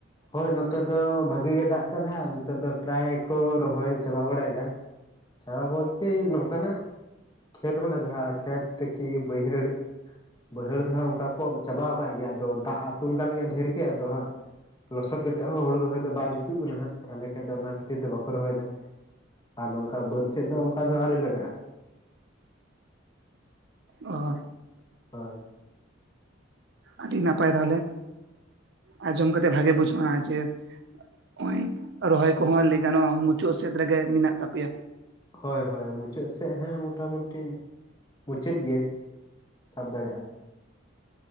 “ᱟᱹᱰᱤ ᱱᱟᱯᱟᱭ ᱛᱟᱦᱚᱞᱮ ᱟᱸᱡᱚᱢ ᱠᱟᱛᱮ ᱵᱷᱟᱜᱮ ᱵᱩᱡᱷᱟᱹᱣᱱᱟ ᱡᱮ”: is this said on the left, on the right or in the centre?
Right